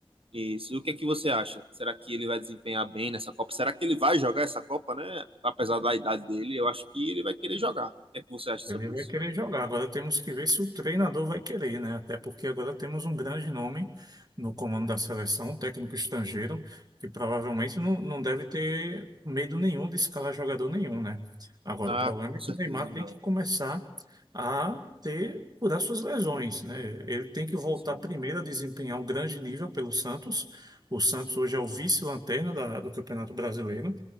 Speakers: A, on the right; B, on the right.
A: isso, o que é que você acha? Será que ele vai desempenhar bem nessa Copa? Será que ele vai jogar essa Copa, né? Apesar da idade dele, eu acho que ele vai querer jogar. O que é que você acha sobre
B: Ele vai
A: isso?
B: querer jogar. Agora temos que ver se o treinador vai querer, né? Até porque agora temos um grande nome no comando da seleção, um técnico estrangeiro, que provavelmente não, não deve ter medo nenhum de escalar jogador nenhum, né? Agora
A: Ah,
B: o problema
A: com
B: é
A: certeza,
B: que o Neymar
A: não.
B: tem que começar a ter curar suas lesões, né? Ele tem que voltar
A: Sim,
B: primeiro a desempenhar um grande nível pelo Santos. O Santos hoje é o vice-lanterna da- do Campeonato Brasileiro.